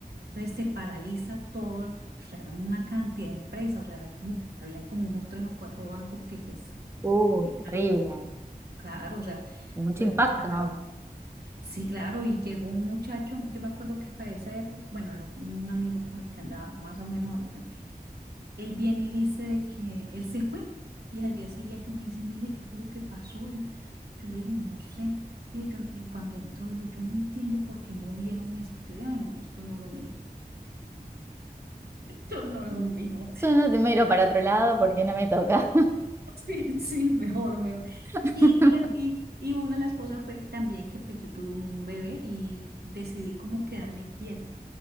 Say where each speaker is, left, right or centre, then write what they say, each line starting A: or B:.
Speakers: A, on the right; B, on the right.
A: Entonces se paraliza todo, el- o sea, era una cantidad de empresas, o sea, era- mm, habían como unos tres o cuatro bancos que pues,
B: Uh,
A: eran,
B: terrible,
A: claro, o sea,
B: mucho
A: fue
B: impacto.
A: hasta la... u- Sí, claro, y llegó un muchacho, yo me acuerdo que para esa época, bueno, era un amigo con el que andaba más o menos ahorita, él viene y dice de que él se fue y al día siguiente me dice, mire, ¿qué fue lo que pasó? Yo, yo le dije, no sé. Dije, yo, y cuando entró, dijo, yo no entiendo por qué movieron esto. Yo le dije, ay, no, esto no es lo mío, <laughs> esto no es lo mío.
B: Yo no te miro para otro lado porque no me toca.
A: <laughs> Sí, sí, mejor, mejor.
B: <laughs>
A: Y, y, el- y- y una de las cosas fue que también que pues yo tuve un bebé y decidí como quedarme quieta